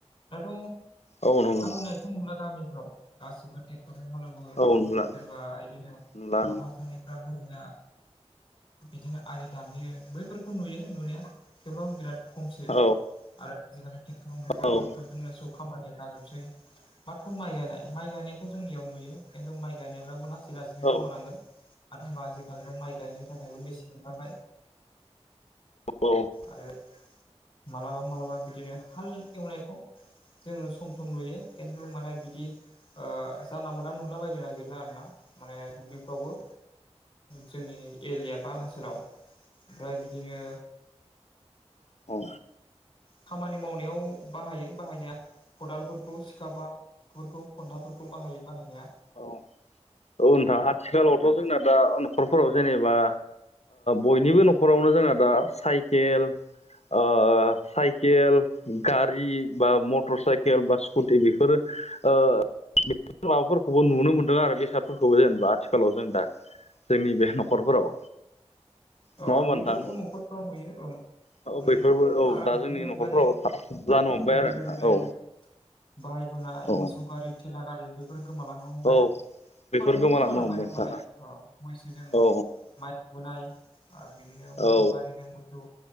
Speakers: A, on the left; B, on the left.
A: दाथ'
B: औ नंगौ
A: हालेवनायथ'
B: नोंथां
A: नुला गामिफ्राव गासैबो टेकट्ररजों हाल एवो।
B: औ नुला
A: सोरबा बिदिनो
B: नुला
A: साफा सानैफाहाय जना बिदिनो आरलि दानहैयो बैफोरखौ नुयो नुनाया थेवलबो बिराद खम
B: औ
A: आरोट बायक्ट
B: औ
A: जोंनो जौ खामानिया जाजोबसै माथ' माइ गायनाय माइ गायनायखौ जोंनियाव नुयो खिन्थु माइ गायनायब्लाबो लासै लासैनो गोमानांगोन
B: औ
A: मानो होनबा दाल' माइ गायनो थाखायबो मेचिन ओंखारबाय
B: औ औ
A: आरो मालाबा मालाबा बिदिनो हाल एवनायखौ जोङो सम सम नुयो खिन्थु माने बिदि जानला मोनला नुला बायनो नागिरला आर ना माने दुब्लिफ्रावबो जोंनि एरिया बा ओनसोलाव ओमफ्राय बिदिनो
B: औ
A: खामानि मावनायाव बाहायो बाहायनाया खदालफोरखौ सिखा बाफोरखौ माबाफोरखौ बाहायो बाहाया
B: औ औ नोंथां आथिखालावथ' जोंना दा न'खरफोराव जेनेबा बयनिबो न'खरावनो जोंहा दा साइकेल साइकेल गारि बा मटर साइकेल बा स्कुटि बेफोरो माबाफोरखौबो नुनो मोनदों आरो बेसादफोरखौबो जेनेबा आथिखालाव जों दा जोंनि बे न'खरफोराव
A: अ
B: नङा होमबा
A: बेफोरखौ
B: नोंथां
A: न'खरफ्राव नुयो ओं
B: औ बैफोरबो
A: यो
B: औ
A: आरो
B: दा
A: बे
B: जोंनि
A: अगायो
B: न'खरफोराव जानो हमबाय आरो
A: गोद
B: नोंथां
A: गोद आज
B: औ
A: बाहायबोनाय
B: औ
A: मोसौ गारि थेला गारि बेफोर गोमालांनो हमबाय
B: औ बेफोर
A: गोमालां
B: गोमालांनो
A: गोमालांबाय
B: हमबाय
A: न माने
B: नोंथां
A: मैसोजों
B: औ
A: माइ बोनाय आरो बिदिनो मोसौ
B: औ
A: गारिजों मोसौ